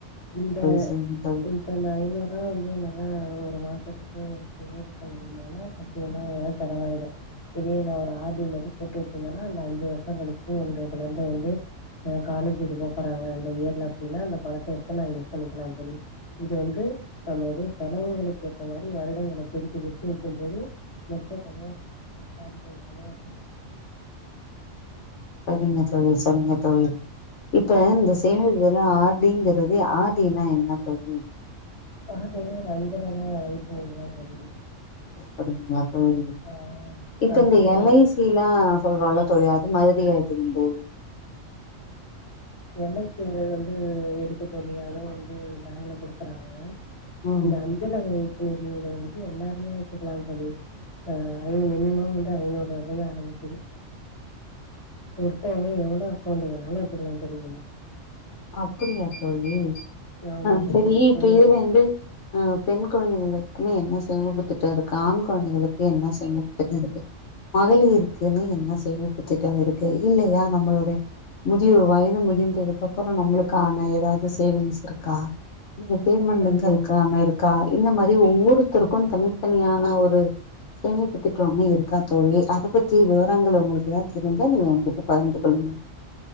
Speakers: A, on the left; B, on the left.
A: இந்த
B: சரிங்க தோழி
A: இப் இப்போ இந்த ஐநூறுரூவா வந்து என்னாலா ஒரு மாசத்துக்கு சேகரிக்க முடியுமானா தியமா எதாவது செலவாயிடு இதே நா ஒரு ஆர் டி மாரி போட்டு வச்சிருந்தேன்னா அந்த அஞ்சு வருஷம் கழிச்சு என்னுட குழந்தை வந்து அ காலேஜுக்கு போகப்போறக அந்த இயர்ல அப்டினா அந்த பணத்தை எடுத்து நா யூஸ் பண்ணிக்கலா தோழி இது வந்து நம்மளுடைய செலவுகளுக்கு ஏத்த மாரி வருடங்களை பிரிச்சு பிரிச்சு வெக்கும் போது மொத்தம் தொகையா எடுக்காமா பாதிப் பாதி தொகையா எடுத்துகளா
B: சரிங்க தோழி சரிங்க தோழி இப்ப இந்த சேமிப்புல ஆர் டிங்கறது ஆர் டினா என்ன தோழி
A: ஆர் டின்னா ஒரு அஞ்சலக வைப்பு நிதிதா தோழி
B: அப்டிங்களா தோழி
A: ஆ
B: இப்ப
A: அதுக்கு
B: இந்த
A: பேரு
B: எல் ஐ சி எல்லா சொல்றோல்ல தோழி அது மாரியா இது இந்த
A: எல் ஐ சிங்கிறது வந்து இருக்கு தோழி அதுவு வந்து பேங்க்ல குடுக்குறாங்க
B: ம்
A: இந்த அஞ்சலக வைப்பு நிதிங்கறது வந்து எல்லாருமே வச்சுக்கலான் தோழி ஆ ஐ மினிமம் வந்து ஐநூறு ரூவாயில இருந்து ஆரம்பிக்குது ஒருத்தவங்க எவ்ளோ அக்கௌன்ட் வேணாலு வச்சிடக்கலா தோழி இதுல
B: அப்டியா தோழி
A: ஆமா
B: ஆ
A: தோழி.
B: செரி
A: ஒருத்தவங்க
B: இப்ப இதுலருந்து
A: எவ்வளோ
B: ஆ பெண் கொழந்தைகளுக்குன்னே என்ன சேமிப்பு திட்ட இருக்கு ஆண் கொழந்தைகளுக் கு என்ன செமிப்பு திட்ட இருக்கு மகளிருக்குன்னு என்ன சேமிப்பு திட்டம் இருக்கு இல்லையா நம்மளுடைய முதியோ வயது முதிந்ததுக்கு அப்புறோ நம்மளுக்கான ஏதாவது சேவிங்ஸ் இருக்கா இந்த ரிட்டேர்மெண்ட்க்களுக்கு
A: கண்டி
B: அமையறது க்கா இந்த மாரி ஒவ்வொருத்தருக்கு தனித்தனியான ஒரு சேமிப்பு திட்டோ ஒன்னு இருக்கா தோழி அதை பத்தி விவரங்கள் உங்களுக்கு எதாவ தெரிஞ்சா நீங்க எங்கிட்ட பகிர்ந்து கொள்ளுங்க